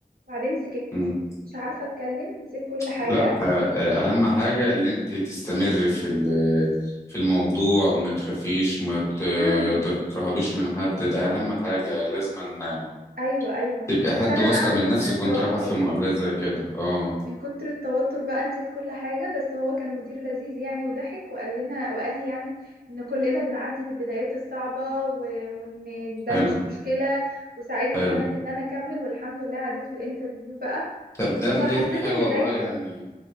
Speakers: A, on the right; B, on the left.
A: بعدين سكت
B: امم
A: مش عارفة اتكلم نسيت كل حاجة
B: لا آه، آه، اهم حاجه اللي انت تستمر في ال- في الموضوع ما تخافيش ما ت-
A: امم
B: تترهبيش من حد ده اهم حاجه لازم أن
A: ايوه ايوه
B: تبقى
A: بس
B: حد
A: انا
B: واثقه
A: بقى من
B: من
A: كتر
B: نفسك
A: التوتر
B: وانت رايحه في مقابلات زي كده اه
A: من كتر التوتر بقى نسيت كل حاجة بس هو كان مدير لذيذ يعني وضحك وقال لنا وقال لي يعني ان كلنا بنعدي بالبدايات الصعبة و... وان ده
B: حلو
A: مش مشكلة وساعدني
B: حلو
A: كمان ان انا اكمل والحمد لله عديت في الانترفيو بقى
B: طب ده
A: وحسيت
B: مدير حلو
A: ان
B: والله
A: دايما
B: يعني